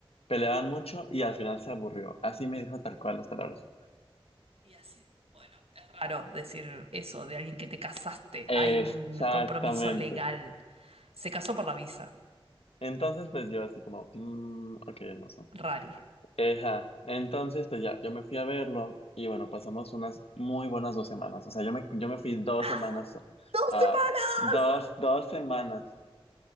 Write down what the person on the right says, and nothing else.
Y así, bueno, es raro decir eso de alguien que te casaste.
Hay un compromiso legal. Se casó por la visa.
Rari.
¡Ah!
¡Dos
semanas!